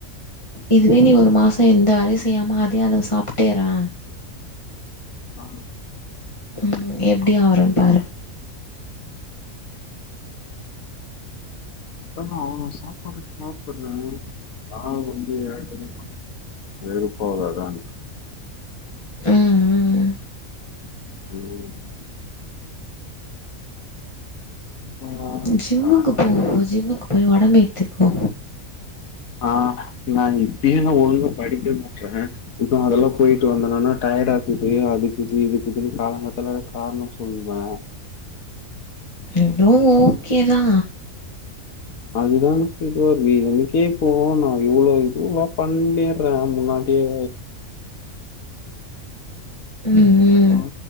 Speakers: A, on the left; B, on the left.
A: இதுவே
B: சொல்றேன்ல
A: நீ ஒரு மாசோ எந்த வேலயு செய்யாம அதே அளவு சாப்ட்டே இறே
B: ஆ
A: ம் எப்டி ஆவுறேனு பாரு
B: அதான அவளோ சாப்பாடு சாப்படறே நா வந்து ஏறவே மாட்டே வெறுப்பாவாதா என்க்கு
A: ம் ம்
B: ம் அப்பா,
A: ஜிம்முக்கு
B: தாத்தா.
A: போ ஜிம்முக்கு போய் ஒடம்பேத்துகோ
B: ஆ நா இப்பேயே நா ஒழுங்கா படிக்க மாட்றே இப்ப நா அதெல்லா போயிட்டு வந்தனனா டயர்டா இருக்குது அதுக்கு இது இதுக்கு இதுனு காலங்காத்தல காரணோ சொ ல்வே
A: இதுவு ஓகேதா
B: அதுதா எனக்கு இதுவாவே எனக்கே இப்போ நா இவ்ளோ இதுவா பண்ணிறே முன்னா டியே
A: ம் ம்
B: அ